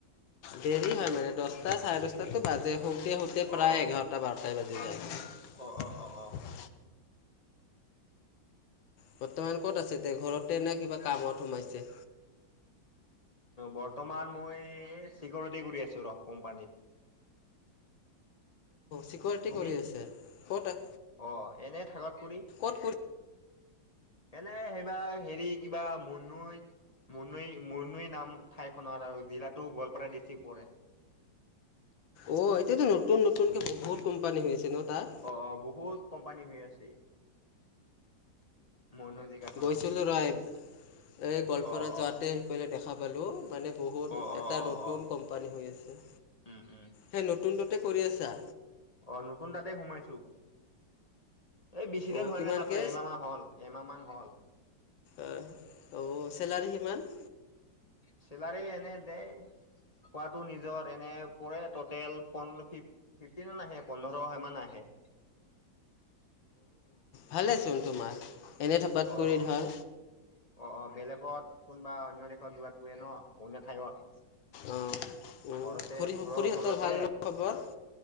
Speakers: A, on the left; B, on the left.
A: দেৰি হয় মানে দহ। টা চাৰে দহটাতো বাজে। শুওঁতে শুওঁতে প্ৰায়
B: অ
A: এঘাৰটা বাৰটাই বাজি যায়।
B: অ অ অ অ
A: বৰ্তমান ক'ত আছে দে ঘৰতে নে কিবা কামত সোমাইছে।
B: বৰ্তমান মই চিকৰটি কৰি আছো ৰ কোম্পানীত।
A: চিকৰটি
B: তুমি
A: কৰি আছে ক'ত।
B: অ এনে থাকত। কুৰি।
A: ক'ত কৰি
B: এনে সেইবাৰ হেৰি কিবা মুন্নুই মুন্নুই মুন্নুই নাম ঠাইখনৰ আৰু জিলাতো গোৱালপাৰা ডিষ্ট্ৰিক পৰে।
A: অ 'এতিয়াতো নতুন নতুনকে বহুত কোম্পানী হৈ আছে ন। তাত
B: অ 'অ বহুত। কোম্পানী হৈ আছে। মনো জেগাখনত
A: গৈছিলো ৰয় এ গোৱালপাৰা
B: অ
A: যোৱাতে
B: অ
A: শি পাই দেখা। ব'লো। মানে বহুত
B: অ অ
A: এটা
B: অ
A: নতুন
B: অ
A: কোম্পানী হৈ আছে
B: উম উম
A: সেই নতুনটোতে। কৰি আছা।
B: অ' নতুন তাতে সোমাইছো। এই বেছিদিন
A: অ'
B: হোৱা
A: কিমানকৈ
B: নাই মাত্ৰ এমাহ মান হল এমাহ মান হল।
A: অহ। অ 'চেলাৰী কিমান।
B: চেলাৰী এনে দে খোৱাটো নিজৰ এনে পৰে টটেল প ফিফটিন আহে পোন্ধৰ মান আহে।
A: ভালে চোন তোমাৰ। এনে থকাত
B: অ-
A: কৰি ধৰ
B: অ- অ বেলেগ। ত কোনোবা অন্য দেশত দোৱ পৰে ন অন্য ঠাইত।
A: অ'
B: ঘৰতে
A: খুৰী
B: ঘৰৰ
A: খুৰীহঁতৰ
B: ওচৰতে
A: ভাল ন খবৰ